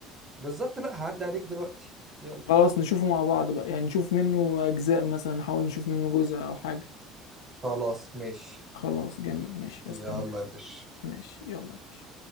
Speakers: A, on the right; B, on the left.
A: بالظبط لا هعدي عليك دلوقتي يلا
B: خلاص نشوفه مع بعض بقى يعني نشوف منه اجزاء مثلا نحاول نشوف منه جزء او حاجه
A: خلاص ماشي
B: خلاص جميل ماشي
A: يلا
B: استنى
A: يا باشا
B: ماشي يلا يا باشا